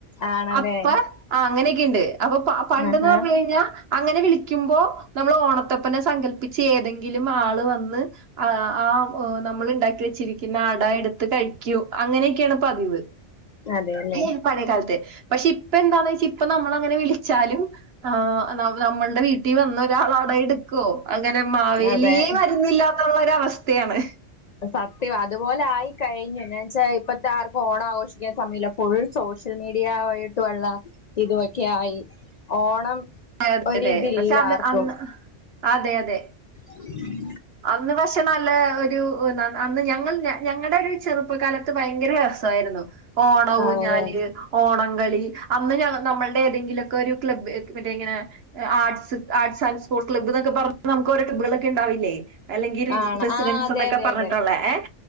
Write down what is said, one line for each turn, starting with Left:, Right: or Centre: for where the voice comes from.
Left: ആണല്ലേ
Right: അപ്പ ആ അങ്ങനെക്കിണ്ട് അപ്പൊ പ പണ്ടെന്ന്
Left: ആഹാ
Right: പറഞ്ഞ് കഴിഞ്ഞാ അങ്ങനെ വിളിക്കുമ്പോ നമ്മൾ ഓണത്തപ്പനെ സങ്കല്പ്പിചേതെങ്കിലും ആള് വന്ന് അഹ് ആ <unintelligible> മ്മൾ ഇണ്ടാക്കി വെച്ചിരിക്കുന്ന അട എടുത്ത് കഴിക്കു അങ്ങനെയൊക്കെയാണ് പതിവ്.
Left: അതെ അല്ലേ
Right: <unintelligible> പഴെ കാൽത്ത് പക്ഷെ ഇപ്പ എന്താന്ന് ചോയിച്ചാ ഇപ്പ നമ്മൾ അങ്ങനെ വിളിച്ചാലും. ആഹ് നം നമ്മൾടെ വീട്ടി വന്ന ഒരാളാണ് എട് ക്കോ അങ്ങനെ മാവേലിയെ
Left: അതെ
Right: വരുന്നില്ലാന്ന് ഇള്ളൊര് വസ്ഥയാണ്.
Left: സത്യവാ അതുപോലെ ആയി കഴിഞ്ഞു എന്ന് വെച്ചാ ഇ പ്പത്തെ ആർക്കും ഓണം ആഘോഷിക്കാൻ സമയം ഇല്ല ഫുൾ സോഷ്യൽ മീഡിയ വായിട്ടുള്ള. ഇതുവൊക്കെ ആയി ഓണം
Right: അതെ അതെ
Left: ഒരിതില്ല
Right: അതെ പക്ഷെ അത്
Left: ആർക്കും
Right: അന്ന് ആഹ് അതെ അതെ.
Left: ഉം <unintelligible>
Right: അന്ന് പക്ഷെ നല്ലെ ഒരു നന്ന് അന്ന് ഞങ്ങൾ ഞ ഞങ്ങൾടെ ഒരു ചെറുപ്പ കാല ത്ത് ഭയങ്കര രസായിരുന്നു ഓണ ഊഞ്ഞാല്.
Left: ആണത്
Right: ഓണംകളി അന്ന് ഞ നമ്മൾടെ ഏതെങ്കിലൊക്കെ ഒരു ക്ലബ് ഇത് പിന്നെ ഇങ്ങനെ. A arts arts and uh arts arts and sport ക്ലബ്‌ന്നൊക്കെ പർട്ട് നമുക്ക് ഒരോ കബ്ബുകളൊക്കെ ഇണ്ടാവില്ലെ? അല്ലെങ്കിൽ
Left: ആണ്
Right: റെസിഡൻസ്
Left: ആ അതെ
Right: എന്നൊക്കെ
Left: അതെ
Right: പറഞ്ഞിട്ട്
Left: അതെ
Right: ഉള്ളെ ഏഹ്